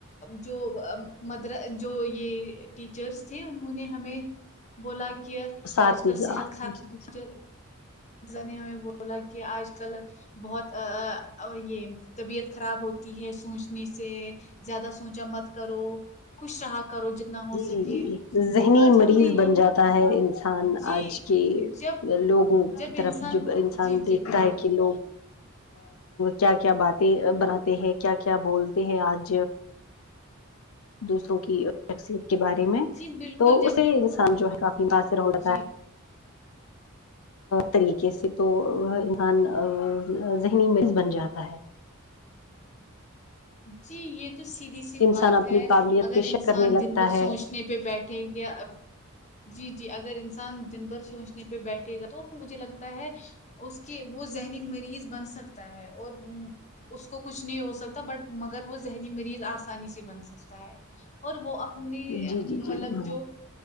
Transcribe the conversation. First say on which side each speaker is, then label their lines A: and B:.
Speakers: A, on the left; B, on the left.
A: جو ا مدر جو یہ ٹیچرس تھے انہوں نے ہمیں بولا کہ
B: اساتذہ
A: آج کل صحت خراب
B: جی
A: ا نے ہمیں بولا کہ آج کل بہت یہ طبیعت خراب ہوتی ہے سوچنے سے زیادہ سونچا مت کرو خوش رہا کرو جتنا ہو سکے
B: جی جی ذہنی
A: آج
B: مریض
A: ہم نے
B: بن
A: یہ
B: جاتا ہے انسان
A: جی
B: آج کے
A: جب
B: لوگوں
A: جب
B: کی طرف
A: انسان
B: جب انسان
A: جی جی
B: دیکھتا
A: بالکل
B: ہے کہ لوگ کیا کیا باتیں بناتے ہیں کیا کیا بولتے ہیں آج دوسروں کی شخصیت کے بارے میں
A: جی بالکل
B: تو
A: جب
B: اسے انسان جو ہے کافی متاثر ہو بتا
A: جی
B: ہے طریقے سے تو انسان ذہنی مریض بن جاتا ہے
A: جی یہ تو سیدھی سی
B: انسان
A: بات
B: اپنی
A: ہے
B: قابلیت
A: اگر
B: پہ
A: انسان
B: شک کرنے لگتا
A: دن بھر
B: ہے
A: سوچنے پہ بیٹھے ٹھیک ہے جی جی اگر انسان دن بھر سوچنے پہ بیٹھے گا تو مجھے لگتا ہے اس کے وہ ذہنی مریض بن سکتا ہے اور اس کو کچھ نہیں ہو سکتا تو بٹ مگر وہ ذہنی مریض آسانی سے بن سکتا ہے اور وہ اپنی
B: جی جی
A: مطلب
B: جی
A: جو